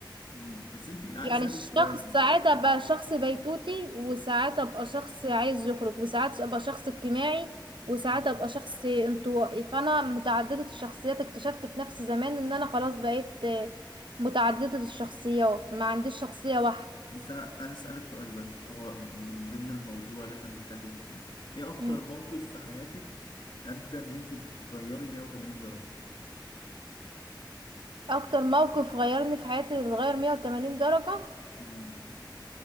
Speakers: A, on the left; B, on the right.
A: امم بس انتي عايز
B: يعني
A: أسألك
B: الشخص
A: سؤال
B: ساعات ابقى شخص بيتوتي وساعات ابقى شخص عايز يخرج وساعات ابقى شخص اجتماعي وساعات
A: امم
B: ابقى شخص انطوائي فانا متعددة الشخصيات اكتشفت في نفس زمان ان انا خلاص بقيت آه، متعددة الشخصيات ما عنديش شخصية واحدة
A: بس أنا عايز أسألك سؤال بس هو من ضمن الموضوع اللي احنا بنتكلم فيه ايه أكتر
B: مم.
A: موقف في حياتك أدى إن انتي تتغيري 180 درجة
B: اكتر موقف غيرني في حياتي اتغير 180 درجة
A: امم